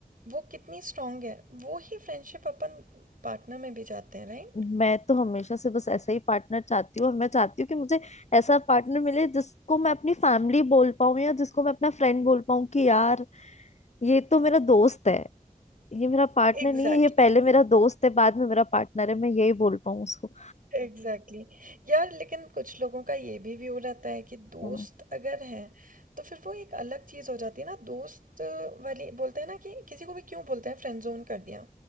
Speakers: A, on the right; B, on the left.
A: वो कितनी स्ट्रांग है वो ही फ्रेंडशिप अपन पार्टनर में भी चाहते हैं राइट
B: मैं तो हमेशा से बस ऐसा ही पार्टनर चाहती हूँ और मैं चाहती हूँ कि मुझे ऐसा पार्टनर मिले जिसको मैं अपनी फैमिली बोल पाऊँ या जिसको मैं अपना फ्रेंड बोल पाऊँ कि यार ये तो मेरा दोस्त है ये मेरा पार्टनर
A: एग्जैक्टली
B: नहीं है ये पहले मेरा दोस्त है बाद में मेरा पार्टनर है मैं यही बोल पाऊँ उसको
A: एग्जैक्टली <laughs> यार लेकिन कुछ लोगों का ये भी व्यू रहता है कि दोस्त
B: हम्म,
A: अगर हैं तो फिर वो एक अलग चीज़ हो जाती है ना दोस्त वाली बोलते हैं ना कि किसी को भी क्यों बोलते हैं फ्रेंड जोन कर दिया